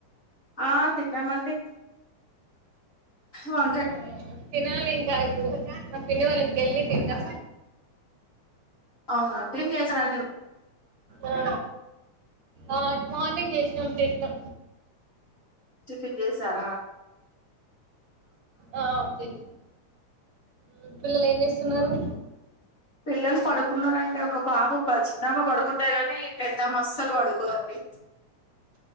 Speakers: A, on the left; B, on the right.
A: ఆ తిన్నామండి వకా
B: ఆ, తినాలి గా ఇప్పుడు పిన్ని వాళ్ళ ఇంటికి వెళ్ళీ తంటా
A: అవునా క్లీన్ చేసారా అండి వాల్
B: ఆ ఆ మార్నింగ్ చేసినాంటే ఎట్లా
A: చికెన్ చేసార
B: ఆ తెల్ మి పిల్లలు ఏం చేస్తున్నారు
A: పిల్లలు పడుకున్నారండి ఒక పాప ప చిన్నామ పడుకుంటది కానీ పెద్దమా అస్సలు పడుకోదండి